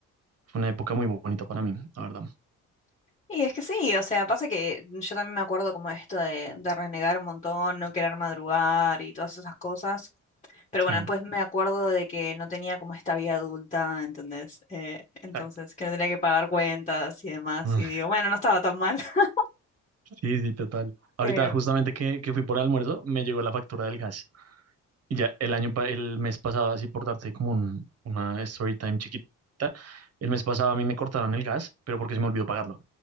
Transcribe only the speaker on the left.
Y es que sí, o sea, pasa que yo también me acuerdo como esto de, de renegar un montón, no querer madrugar y todas esas cosas, pero
bueno, después me acuerdo de que no tenía como esta vida adulta, ¿entendés? Eh,
entonces, que no tenía que pagar cuentas y demás,
y digo, bueno, no estaba tan mal. <laughs>
Eh,